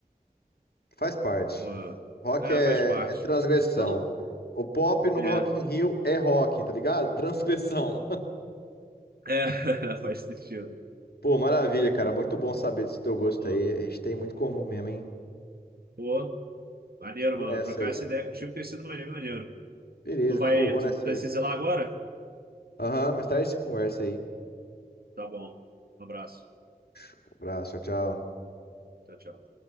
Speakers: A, on the left; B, on the right.
A: Faz parte.
B: Pô,
A: Rock
B: É,
A: é,
B: faz parte.
A: é transgressão.
B: Todo...
A: O pop no
B: É,
A: Rock in Rio é rock, tá ligado? Transgressão.
B: é, <laughs> faz sentido.
A: <laughs> Pô, maravilha, cara. Muito bom saber desse teu gosto
B: Pô,
A: aí. A gente tem muito comum mesmo, hein?
B: pô, maneiro,
A: Vou
B: mano.
A: nessa
B: Trocar
A: aí,
B: essa
A: cara.
B: ideia contigo tem sido maneiro. maneiro.
A: Beleza.
B: Tu vai,
A: Ô, vou
B: tu
A: nessa
B: precisa
A: aí.
B: ir lá agora?
A: Aham, mas mais tarde se conversa aí.
B: Tá bom. Um abraço.
A: Um abraço, tchau, tchau.
B: Tchau, tchau.